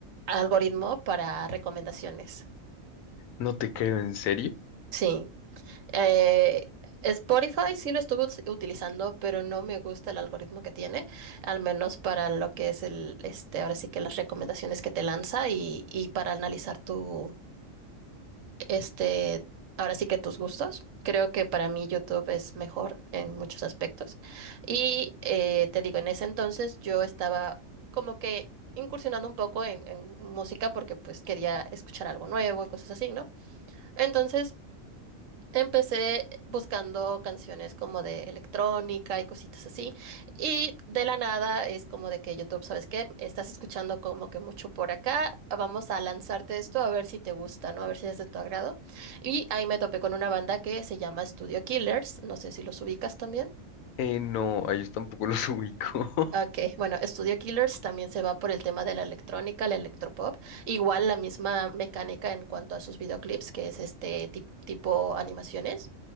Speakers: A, on the right; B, on the left.
A: algoritmo para recomendaciones.
B: No te creo, ¿en serio?
A: Sí. Eh, Spotify sí lo estuve us- utilizando, pero no me gusta el algoritmo que tiene, al menos para lo que es el, este, ahora sí que las recomendaciones que te lanza y, y para analizar tu, este, ahora sí que tus gustos. Creo que para mí YouTube es mejor en muchos aspectos. Y eh, te digo, en ese entonces yo estaba como que incursionando un poco en en música porque pues quería escuchar algo nuevo y cosas así, ¿no? Entonces Empecé buscando canciones como de electrónica y cositas así. Y de la nada es como de que YouTube, ¿sabes qué? Estás escuchando como que mucho por acá. Vamos a lanzarte esto a ver si te gusta, ¿no? A ver si es de tu agrado. Y ahí me topé con una banda que se llama Studio Killers. No sé si los ubicas también.
B: Eh, no, a ellos tampoco los <laughs> ubico.
A: Ok, bueno, Studio Killers también se va por el tema de la electrónica, el electropop, igual la misma mecánica en cuanto a sus videoclips, que es este tip- tipo animaciones.